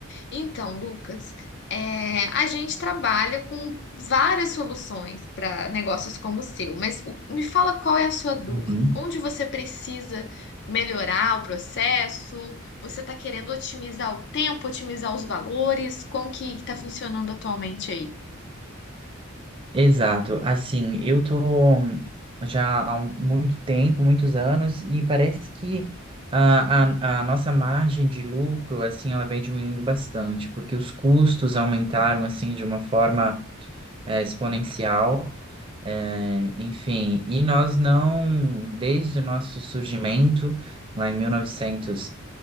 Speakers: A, on the left; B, on the right.
A: Então, Lucas, é, a gente trabalha com várias soluções para negócios como o seu, mas o- me fala qual é a sua dor,
B: Uhum.
A: onde você precisa melhorar o processo, você está querendo otimizar o tempo, otimizar os valores, como que está funcionando atualmente aí?
B: Exato, assim, eu tô já há um- muito tempo, muitos anos, e parece que a, a, a nossa margem de lucro, assim, ela vem diminuindo bastante, porque os custos aumentaram, assim, de uma forma é, exponencial, é, enfim, e nós não, desde o nosso surgimento, lá em mil e novecentos